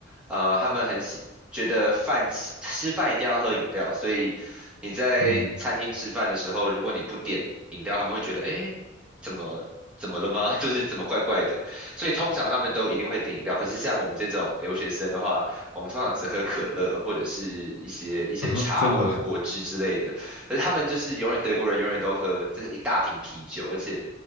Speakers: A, in the centre; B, on the left.
A: 呃，他们很喜，觉得饭吃吃饭一定要喝饮料，所以你在餐厅吃饭的时候，
B: 嗯，
A: 如果你不点饮料，他们会觉得，诶，怎么怎么了吗？<laughs> 就是怎么怪怪的。所以通常他们都一定会点饮料，可是像我们这种留学生的话，我们通常只喝可乐或者是一些一些茶或者果汁之类的。
B: <laughs> 真的哦
A: 可是他们就是永远德国人永远都喝，就是一大瓶啤酒，而且